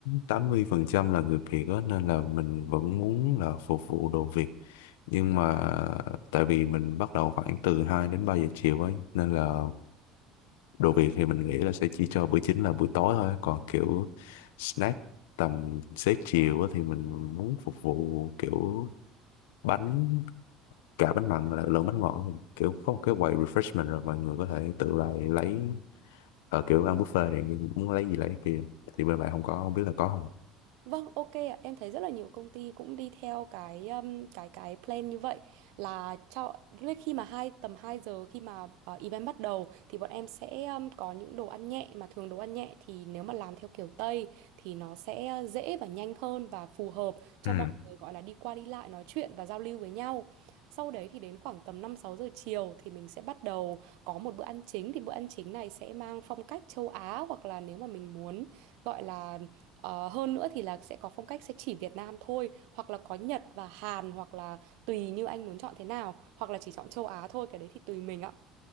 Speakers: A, on the left; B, on the right.
A: 80% là người Việt á nên là mình vẫn muốn là phục vụ đồ Việt nhưng mà tại vì mình bắt đầu khoảng từ 2 đến 3 giờ chiều ấy nên là đồ Việt thì mình nghĩ là sẽ chỉ cho bữa chính là buổi tối thôi còn kiểu snack tầm xế chiều á thì mình muốn phục vụ kiểu bánh cả bánh mặn là lẫn bánh ngọt kiểu có một cái quầy refreshment rồi mọi người có thể tự lại lấy ở kiểu ăn buffet này muốn lấy gì lấy kia thì bên bạn không có không biết là có không
B: Vâng, ok ạ. Em thấy rất là nhiều công ty cũng đi theo cái um, cái cái plan như vậy là cho lúc khi mà hai tầm 2 giờ khi mà ờ, event bắt đầu thì bọn em sẽ um, có những đồ ăn nhẹ mà thường đồ ăn nhẹ thì nếu mà làm theo kiểu Tây thì nó sẽ ờ, dễ và nhanh hơn và phù hợp cho
A: ừ
B: mọi người gọi là đi qua đi lại nói chuyện và giao lưu với nhau. Sau đấy thì đến khoảng tầm năm sáu giờ chiều thì mình sẽ bắt đầu có một bữa ăn chính thì bữa ăn chính này sẽ mang phong cách châu Á hoặc là nếu mà mình muốn gọi là Ờ, hơn nữa thì là sẽ có phong cách sẽ chỉ Việt Nam thôi hoặc là có Nhật và Hàn hoặc là tùy như anh muốn chọn thế nào hoặc là chỉ chọn châu Á thôi cái đấy thì tùy mình ạ